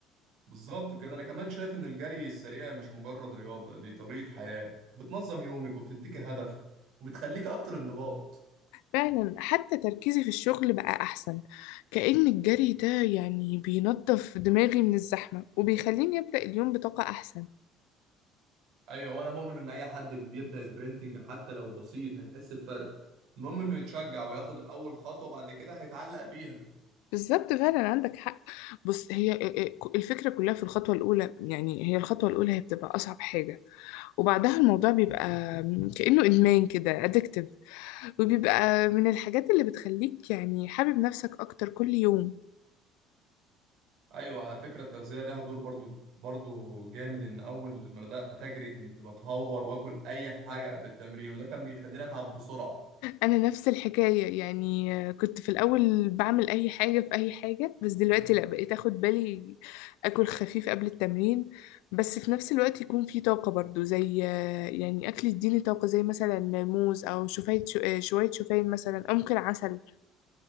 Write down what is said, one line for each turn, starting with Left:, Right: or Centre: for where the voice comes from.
Right: بالظبط كده انا كمان شايف ان الجري السريع مش مجرد رياضه دي طريقه حياه بتنظم يومك وبتديك هدف وبتخليك اكتر انضباط
Left: فعلا حتى تركيزي في الشغل بقى أحسن كأن الجري ده يعني بينظف دماغي من الزحمة وبيخليني أبدأ اليوم بطاقة أحسن
Right: ايوه وانا مؤمن ان اي حد بيبدا سبرنتنج حتى لو بسيط هيحس بفرق المهم انه يتشجع وياخد اول خطوه بعد كده هيتعلق بيها
Left: بالظبط فعلا عندك حق بص هي الفكرة كلها في الخطوة الأولى يعني هي الخطوة الأولى هي بتبقى أصعب حاجة وبعدها الموضوع بيبقى كأنه إدمان كده addictive وبيبقى من الحاجات اللي بتخليك يعني حابب نفسك أكتر كل يوم
Right: ايوه على فكره التغذيه لها دور برضو برضو جامد ان اول ما بدات اجري كنت بتهور واكل اي حاجه قبل التمرين وده كان بيخليني اتعب بسرعه
Left: أنا نفس الحكاية يعني كنت في الأول بعمل أي حاجة في أي حاجة بس دلوقتي لأ بقيت أخد بالي أكل خفيف قبل التمرين بس في نفس الوقت يكون في طاقة برضو زي يعني أكل يديني طاقة زي مثلا موز أو شوفان شوية شوفان مثلا أو ممكن عسل